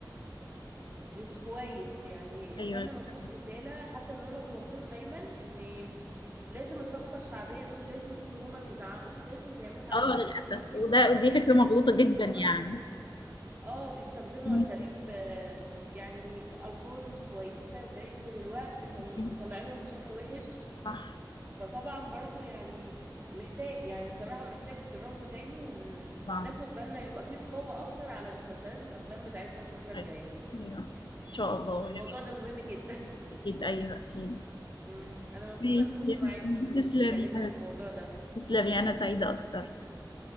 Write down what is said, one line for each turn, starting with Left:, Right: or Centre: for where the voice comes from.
Right: مش كويس يعني الفن
Left: ايوه للاسف
Right: المفروض رسالة حتى ان هما بيوصلوا دايما ان لازم الطبقة الشعبية دول لازم يكونوا هما بيزعقوا لازم بيعملوا حاجات
Left: اه
Right: غلط
Left: للاسف
Right: كتير
Left: وده ودي
Right: لازم
Left: فكره مغلوطه
Right: بيستخدموا
Left: جدا يعني
Right: اه بيستخدموا
Left: مم.
Right: أساليب آه، يعني ألفاظ مش كويسة زعيق طول الوقت طل...
Left: مم.
Right: مطلعينهم بشكل وحش
Left: صح
Right: فطبعا برضو يعني محتاج يعني صراحة محتاج دراسة تاني وناخد
Left: طبعا
Right: بالنا يبقى في رقابة أكتر على المسلسلات والأفلام بتاعتنا الفترة الجاية
Left: ايوه ايوه ان شاء الله
Right: الموضوع
Left: يعني
Right: ده مهم جدا
Left: اكيد ايوه اكيد
Right: <laughs> أمم، أنا مبسوطة
Left: ماشي
Right: إني كنت
Left: يا
Right: معاكي
Left: حبيبي.
Right: واتكلمنا
Left: تسلمي يا حبيبي.
Right: في الموضوع ده
Left: تسلمي انا سعيده اكتر